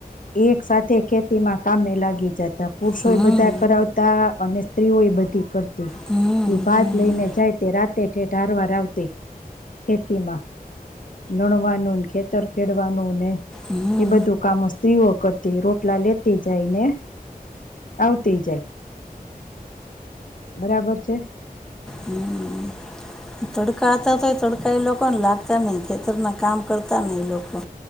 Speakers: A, on the left (about 60°); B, in the centre.
A: એક સાથે ખેતીમાં કામે લાગી જા તા પુરુષોય
B: હમ
A: બધા કરાવતા અને સ્ત્રીઓય બધી કરતી,
B: હમ હમ
A: એ ભાત લઈને જાય તે રાત ઠેઠ ઠેઠ ઢારવા રાખ દે, ખેતીમાં નણવા નૂ ને ખે તર ખેડવાનું ને
B: હમ
A: એ બધું કામો સ્ત્રીઓ કર તી રોટલા લેતી જાય ને આવતી જાય. બરાબર છે.
B: હમ્મ. તડકા હતા તોય તડકા એ લોકોને લાગતા નઈ ખેતર ના કામ કરતા નને એ લોકો.